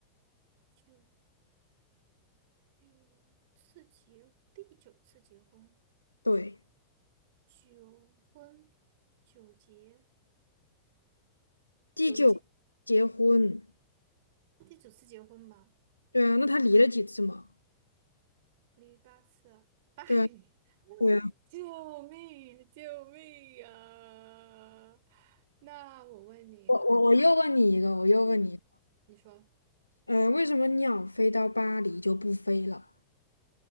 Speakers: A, on the right; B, on the left.
A: 九九次结，第九次结婚。
B: 对，
A: 九婚九结
B: 第九结婚，
A: 九结，第九次结婚嘛，
B: 对啊，那他离了几次嘛？
A: 离八次巴八离，
B: 对啊，
A: <laughs>
B: 对啊，
A: 救命呀救命呀！那我问你一个，
B: 我我我又问你一个，我又问你，
A: 嗯，你说，
B: 呃，为什么鸟飞到巴黎就不飞了？